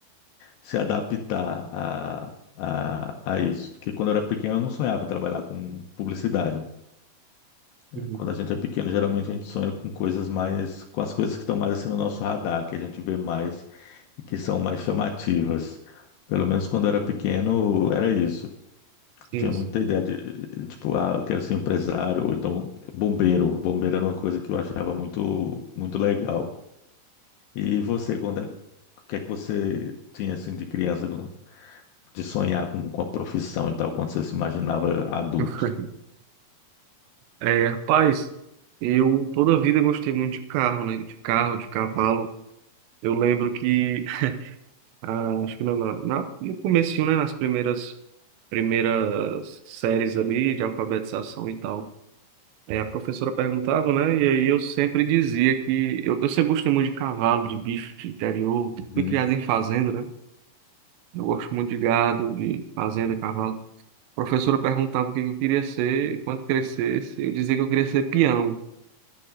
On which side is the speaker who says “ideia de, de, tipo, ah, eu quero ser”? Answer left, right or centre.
Left